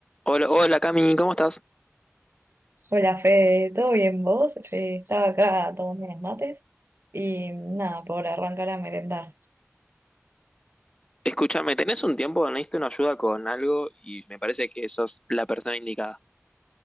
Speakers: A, on the left (about 20°); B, on the right (about 55°).
A: Hola, hola Cami, ¿cómo estás?
B: Hola Fede, ¿todo bien vos? Eh, estaba acá tomando unos mates y nada, por arrancar a merendar.
A: Escúchame, ¿tenés un tiempo? Necesito una ayuda con algo y me parece que sos la persona indicada.